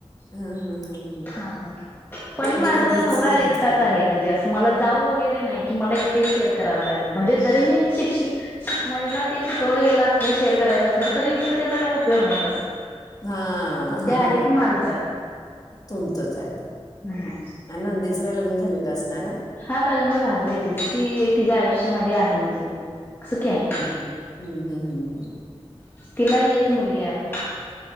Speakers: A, on the left; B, on the left.
A: हं, हं, हं.
B: हा ह. पण माझा
A: मी कधीच
B: नवरा एकटाच
A: नाही केलं
B: आहे, म्हणजे असं मला जाऊ वगैरे नाही की मला इथे शेअर कराववे लागेल. म्हणजे जरी मी शिक्षि म्हणजे ना ते शिकवलं गेलं असलं शेअर करायच असलं तरी इथ त्याचा काही उपयोग नाही तसा.
A: हा ह
B: जे आहे ते माझंच
A: तुमचंच आहे.
B: आहे
A: नंदीचं लग्न झालेलं असणार आहे.
B: हा लग्न झालंय तिचं, ती तिच्या आयुष्यामध्ये आहे आहे म्हणजे सुखी आहे.
A: हम्म हम हम्म हम हम.
B: तिला ही एक मुलगी आहे.